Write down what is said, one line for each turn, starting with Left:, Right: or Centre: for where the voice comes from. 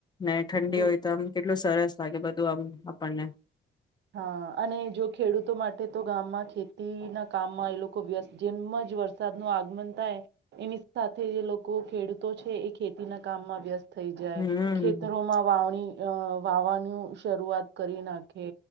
Left: ને ઠંડી
Right: બિલકુલ
Left: હોય તો આમ કે એટલું સરસ લાગે બધું આમ આપણને.
Right: હા અને જો ખેડૂતો માટે તો ગામમાં ખેતીના કામમાં એ લોકો વ્યસ્ત જેમ જ વરસાદનું આગમન થાય એની સાથે એ લોકો ખેડૂતો છે એ ખેતીના કામમાં વ્યસ્ત થઈ જાય,
Left: હમ
Right: ખેતરોમાં વાવણી અહ વાવવાનું શરૂઆત કરી નાખે.